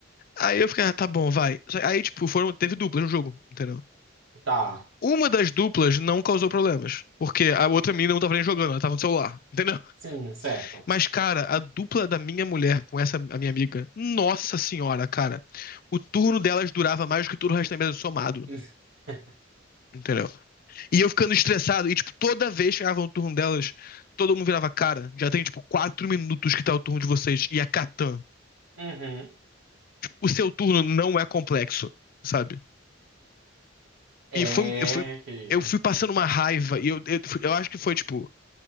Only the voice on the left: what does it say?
Aí eu fiquei, ah, tá bom, vai. Só- Aí, tipo, foram, teve duplas no jogo, entendeu?
Uma das duplas não causou problemas, porque a outra mina não tava nem jogando, ela tava no celular, entendeu?
Mas, cara, a dupla da minha mulher com essa a minha amiga, nossa senhora, cara. O turno delas durava mais do que todo o resto da mesa somado,
entendeu? E eu ficando estressado, e, tipo, toda vez que chegava o turno delas, todo mundo virava, cara, já tem, tipo, quatro minutos que tá o turno de vocês, e a Catan.
O seu turno não é complexo, sabe?
E foi, eu fui,
eu fui passando uma raiva, e eu, eu, fui- eu acho que foi, tipo,